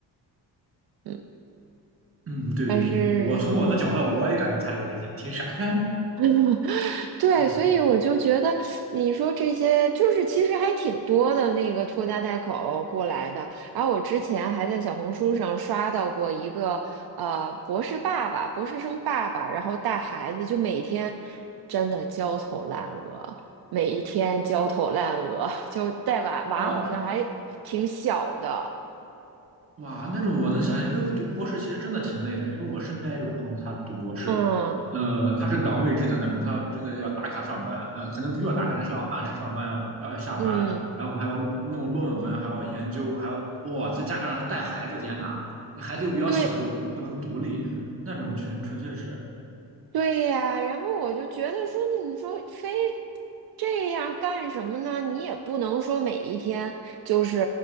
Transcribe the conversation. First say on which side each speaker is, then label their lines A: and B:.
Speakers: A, on the right; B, on the right.
A: 嗯。
B: 嗯，对对对，
A: 但是
B: 我从我的角度，我也感觉她有点挺挺傻的。
A: <laughs> 对，
B: <laughs>
A: 所以我就觉得你说这些就是其实还挺多的那个拖家带口过来的。然后我之前还在小红书上刷到过一个呃博士爸爸、博士生爸爸，然后带孩子就每天真的焦头烂额，每一天焦头烂额，就带娃娃好像还挺小的。
B: 哦，那哇，那种我能想象，因为读博士其实真的挺累的，因为我身边也有朋友他读博士，
A: 嗯
B: 呃，他是岗位制的那种，他真的要打卡上班，呃，可能不需要打卡，但是要按时上班，要要下班，
A: 嗯，
B: 然后还要弄论文，还要研究，还要哇，在加上带孩子，天呐，那孩子又比较小，
A: 对，
B: 又不能独立，那种纯纯粹是，
A: 对呀，然后我就觉得说，那你说非这样干什么呢？你也不能说每一天就是